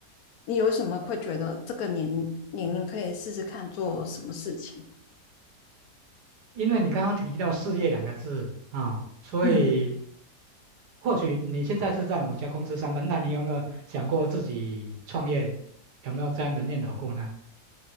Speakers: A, on the left; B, on the right.
A: 你有什么会觉得这个年年龄可以试试看做什么事情？
B: 因为你刚刚提到事业两个字啊，所以
A: 嗯。
B: 或许你现在是在某家公司上班，那你有没有想过自己创业？有没有这样的念头过呢？